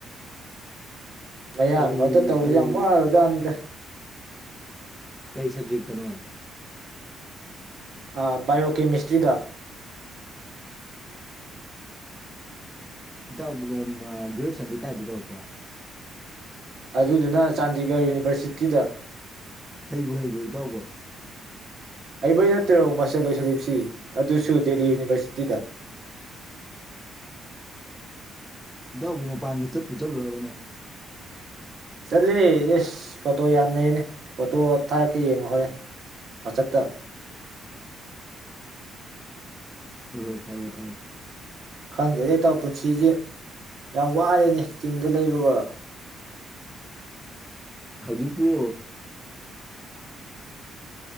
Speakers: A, on the right; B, in the centre.
A: ꯃꯌꯥꯡ
B: ꯀꯔꯤ
A: ꯃꯔꯛꯇ ꯇꯧꯕꯁ
B: ꯀꯔꯤ
A: ꯌꯥꯝꯃꯣ ꯍꯥꯏꯔꯣꯖꯅꯤꯗ
B: ꯀꯩ ꯁꯕꯖꯦꯛꯇꯅꯣ
A: ꯑꯥ ꯕꯥꯏꯑꯣ ꯀꯦꯃꯤꯁꯇ꯭ꯔꯤꯗ
B: ꯏꯇ ꯒ꯭ꯔꯦꯖꯨꯋꯦꯁꯟꯗꯤ ꯀꯥꯏꯗ ꯇꯧꯔꯛꯄ
A: ꯑꯗꯨꯗꯨꯅ ꯆꯥꯟꯗꯤꯒꯔ ꯌꯨꯅꯤꯚꯔꯁꯤꯇꯤꯗ
B: ꯍꯩꯕꯨ ꯍꯩꯕ꯭ꯔꯣꯏ ꯇꯥꯎꯕ
A: ꯑꯩꯕꯩ ꯅꯠꯇ꯭ꯔꯣ ꯃꯥꯁꯇꯔ ꯂꯣꯏꯁꯤꯜꯂꯤꯕꯁꯤ ꯑꯗꯨꯁꯨ ꯗꯦꯜꯂꯤ ꯌꯨꯅꯤꯚꯔꯁꯤꯇꯤꯗ
B: ꯎꯝ ꯏꯇꯎꯕꯨ ꯃꯄꯥꯟꯒꯤ ꯆꯠꯄꯨ ꯆꯠꯂꯨꯔꯕꯅꯦ
A: ꯆꯠꯂꯤ ꯑꯦꯁ ꯐꯣꯇꯣ ꯌꯥꯝ ꯂꯩꯅꯦ ꯐꯣꯇꯣ ꯊꯥꯔꯛꯀꯦ ꯌꯦꯡꯉꯣ ꯍꯧꯣꯔꯦ ꯄ ꯆꯞꯇ
B: ꯍꯣꯏ ꯍꯣꯏ ꯊꯥꯔꯣꯑꯣ ꯊꯥꯔꯣꯑꯣ
A: ꯈꯪꯗꯦ ꯂꯩꯇꯥꯎ ꯄꯨꯟꯁꯤꯁꯤ ꯌꯥꯝ ꯋꯥꯔꯦꯅꯦ ꯆꯤꯡꯗ ꯂꯩꯕꯒ
B: ꯍꯧꯖꯤꯛꯕꯨ